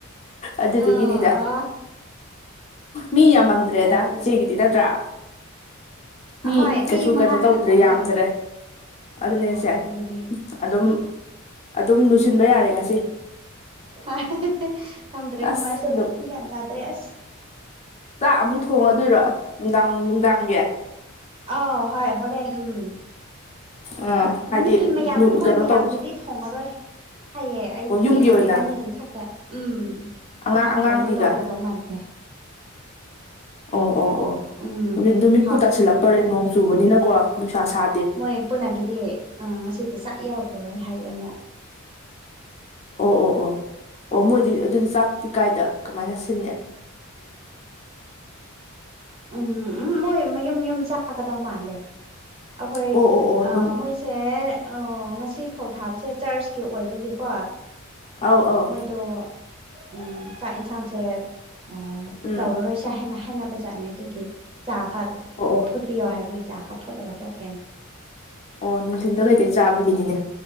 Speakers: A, on the left (about 30°); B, on the right (about 25°).
A: ꯑꯗꯨꯗꯨꯒꯤꯅꯤꯗ
B: ꯑꯥ ꯑꯣ
A: ꯃꯤ ꯌꯥꯝꯃꯝꯗ꯭ꯔꯦꯗ
B: ꯑꯗꯨ
A: ꯏꯆꯦꯒꯤꯗꯤ ꯅꯠꯇ꯭ꯔꯥ ꯃꯤ
B: ꯍꯣꯏ
A: ꯀꯩꯁꯨ
B: ꯃꯉꯥꯈꯛ
A: ꯀꯩꯅꯣ ꯇꯧꯗ꯭ꯔꯦ
B: ꯉꯥꯏꯔꯦ
A: ꯌꯥꯝꯗ꯭ꯔꯦ
B: ꯑꯥꯎ
A: ꯑꯗꯨꯅꯦ ꯍꯥꯢꯁꯦ
B: ꯑꯗꯨꯕꯨꯗꯤ
A: ꯑꯗꯨꯝ ꯑꯗꯨꯝ ꯂꯣꯢꯁꯤꯟꯕ ꯌꯥꯔꯦ ꯉꯁꯤ
B: ꯍꯣꯢ ꯈꯪꯗ꯭ꯔꯦ
A: ꯑꯁ
B: ꯀꯃꯥꯏꯅ ꯇꯧꯗꯣꯏꯅꯣ ꯒ꯭ꯌꯥꯟ ꯇꯥꯗ꯭ꯔꯦ ꯑꯁ
A: ꯆꯥꯛ ꯑꯃꯨꯛ ꯊꯣꯡꯉꯗꯣꯏꯔꯣ ꯅꯨꯡꯗꯥꯡ ꯅꯨꯡꯗꯥꯡꯒꯤ
B: ꯑꯥ ꯍꯣꯏ ꯍꯔꯦꯟ ꯎꯝ
A: ꯑꯥ ꯍꯥꯏꯗꯤ
B: ꯃꯤ ꯃꯌꯥꯝ ꯃꯣꯏ
A: ꯀꯩꯅꯣ
B: ꯃꯌꯥꯝꯒꯤꯗꯤ
A: ꯇꯧ
B: ꯊꯣꯡꯉꯔꯣꯏ ꯍꯥꯏꯌꯦ ꯑꯩꯒꯤ
A: ꯑꯣ ꯌꯨꯝꯒꯤ
B: ꯑꯩ
A: ꯑꯣꯏꯅ
B: ꯏꯕꯥꯅꯤꯒꯤ ꯈꯛꯇ ꯎꯝ
A: ꯑꯉꯥꯡ
B: ꯑꯗꯨ ꯈꯛ
A: ꯑꯉꯥꯡꯒꯤꯒ
B: ꯊꯣꯡꯉꯥ ꯇꯣꯛꯈ꯭ꯔꯗꯧ ꯃꯥꯜꯂꯦ ꯍ <inaudible>
A: ꯑꯣ ꯑꯣ ꯑꯣ
B: ꯎꯝ
A: ꯅꯨꯃꯤꯠ ꯅꯨꯃꯤꯠꯄꯨ
B: ꯍꯥꯎ
A: ꯇꯥꯁꯤꯜꯂꯛꯇꯧꯔꯦ ꯅꯣꯡ ꯆꯨꯕꯅꯤꯅꯀꯣ ꯅꯨꯡꯁꯥ ꯁꯥ
B: ꯃꯣꯏ ꯄꯨꯟꯅꯒꯤꯗꯤ ꯉꯁꯤꯁꯦ ꯆꯥꯛ ꯌꯥꯎꯔꯔꯣꯏ ꯍꯥꯏꯌꯦ ꯑꯃꯨꯛ
A: ꯑꯣ ꯑꯣ ꯑꯣ ꯑꯣ ꯃꯣꯏꯗꯤ ꯑꯗꯨꯗꯤ ꯆꯥꯛꯇꯤ ꯀꯥꯏꯗ ꯀꯃꯥꯏꯅ ꯁꯤꯜꯂꯦ
B: ꯎꯝ ꯎꯝ ꯃꯣꯏ ꯃꯌꯨꯝ ꯌꯨꯝ ꯆꯥꯒꯗꯧ ꯃꯥꯜꯂꯦ ꯑꯩꯈꯣꯏ
A: ꯑꯣ ꯑꯣ ꯑꯣ
B: ꯑꯥ ꯃꯣꯏꯁꯤ ꯁꯦ ꯑꯥ ꯉꯁꯤ ꯐꯧ ꯊꯥꯕꯁꯦ ꯆꯔꯁꯀꯤ ꯑꯣꯏꯕꯒꯤꯀꯣ
A: ꯑꯧ ꯑꯧ
B: ꯃꯣꯏꯗꯣ ꯎꯝ ꯆꯥꯛ ꯏꯟꯁꯥꯡꯁꯦ ꯑꯥ
A: ꯎꯝ
B: ꯇꯧꯔꯔꯣꯏꯁꯦ ꯍꯥꯏꯅ ꯍꯥꯏꯅꯕꯖꯥꯠꯅꯦ ꯑꯗꯨꯒꯤ ꯆꯥ ꯈꯛ
A: ꯑꯣ ꯑꯣ
B: ꯐꯨꯠꯄꯤꯌꯣ ꯍꯥꯏꯕꯒꯤ ꯆꯥꯛ ꯈ ꯐꯨꯠꯂ ꯇꯣꯛꯈ꯭ꯔꯦ
A: ꯑꯣ ꯅꯨꯡꯊꯤꯟꯗ ꯀꯩꯀꯩ ꯆꯥꯕꯒꯤꯅꯤꯅꯦ